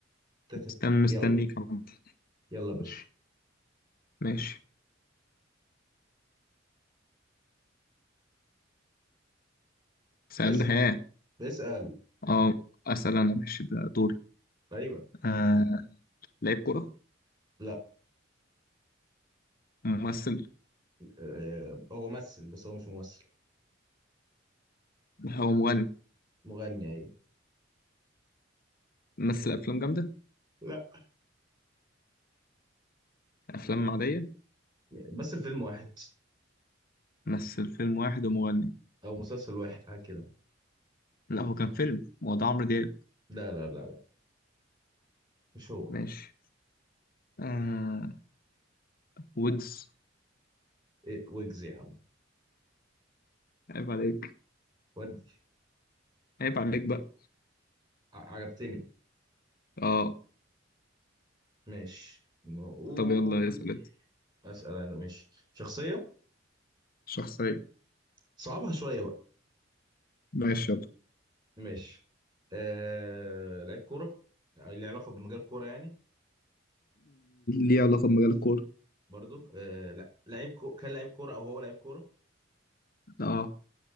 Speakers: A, on the right (about 25°); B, on the left (about 50°).
A: تتت-
B: استنى مستنيك
A: يلا
B: عمد.
A: يلا يا باشا
B: ماشي ماشي. سؤال
A: اسال
B: ده ها
A: اسال
B: اه اسال انا ماشي ده دوري
A: ايوه
B: آه لعيب كرة
A: لا
B: ممثل
A: إيه هو ممثل بس هو مش ممثل
B: هو مغني
A: مغني ايوه
B: مثل افلام جامدة
A: لا
B: افلام عادية
A: بس الفيلم واحد
B: مثل فيلم واحد ومغني
A: او مسلسل واحد حاجه كده
B: لا هو كان فيلم هو ده عمرو دياب
A: لا لا لا لا مش هو
B: ماشي آه ويجز
A: إيه ويجز يا عم
B: عيب عليك
A: ود
B: عيب عليك بقى
A: ع- عجبتني
B: اه
A: ماشي نقول
B: طب يلا اسال انت
A: اسال انا ماشي شخصيه
B: شخصية
A: صعبها شويه بقى
B: ماشي يلا
A: ماشي آه... لعيب كوره ليه علاقه بمجال كوره يعني
B: ليه علاقة بمجال الكورة
A: برضو آه... لا لعيب كو... كان لعيب كوره او هو لعيب كوره
B: اه